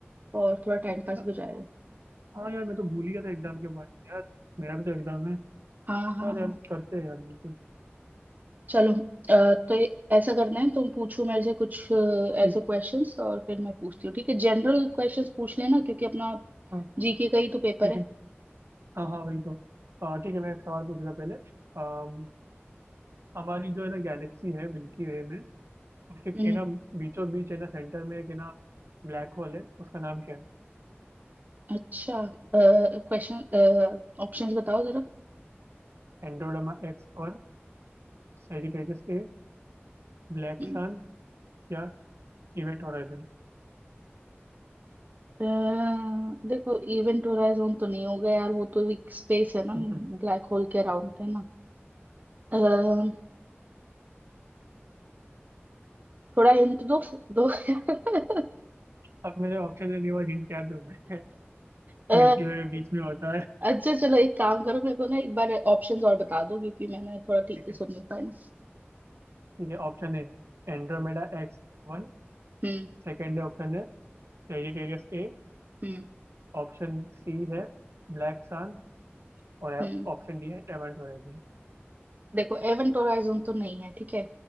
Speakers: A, on the right (about 40°); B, on the right (about 80°).
A: और थोड़ा टाइम पास
B: या-
A: भी हो जाएगा
B: हाँ यार मैं तो भूल ही गया था एग्जाम के बारे में यार मेरा भी तो एग्जाम है
A: हाँ हाँ
B: हाँ
A: हाँ
B: यार करते हैं यार बिल्कुल
A: चलो अ, तो ए- ऐसा करना है तुम पूछो मेरे से कुछ अ, ऐसे
B: ठीक
A: क्वेश्चंस और फिर मैं पूछती हूँ ठीक है जनरल क्वेश्चंस पूछ लेना क्योंकि अपना
B: हाँ
A: जीके का ही तो पेपर
B: ठीक
A: है
B: है हाँ हाँ वही तो आ, ठीक है मैं एक सवाल पूछूंगा पहले अम, हमारी जो है ना गैलेक्सी है मिल्की वे में उसके के
A: हम्म
B: ना बीचों बीच है ना सेंटर में एक है ना ब्लैक होल है उसका नाम क्या है
A: अच्छा क्वेश्चन ऑप्शंस बताओ जरा
B: एंड्रोमेडा एक्स और सेजिटेरियस ए ब्लैक
A: हम्म
B: सन या इवेंट होराइजन
A: अ, देखो इवेंट होराइजन तो नहीं होगा यार वो तो एक स्पेस है ना
B: <laughs>
A: ब्लैक होल के अराउंड है ना अ, हम्म, थोड़ा हिंट दो दो <laughs> यार।
B: अब मेरे ऑप्शन देने के बाद हिंट क्या दूं मैं
A: अ,
B: मिल्की वे बीच में होता है
A: अच्छा चलो एक काम करो मेरे को ना एक बार ऑप्शंस और बता दो क्योंकि मैंने थोड़ा ठीक
B: ठीक
A: से
B: है
A: सुन नहीं पाया ना
B: ठीक है Option A Andromeda X one
A: हम्म
B: Second option है सेजिटेरियस ए
A: हम्म
B: ऑप्शन सी है ब्लैक सन और
A: हम्म
B: ऑप्शन डी है एवेंट होराइजन
A: देखो एवेंट होराइजन तो नहीं है ठीक है